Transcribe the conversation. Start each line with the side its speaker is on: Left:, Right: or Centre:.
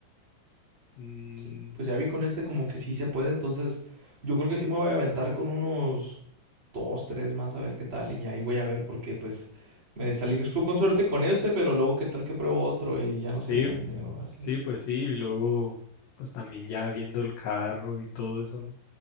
Left: Mm,
Right: Sí, pues ya vi con este como que sí se puede, entonces yo creo que sí me voy a aventar con unos dos, tres más a ver qué tal y ahí voy a ver porque pues me salí su- con suerte con este, pero luego qué tal que pruebo otro y ya no se
Left: sí,
Right: vende o así.
Left: sí, pues sí. Y luego, pues también ya viendo el carro y todo eso, ¿no?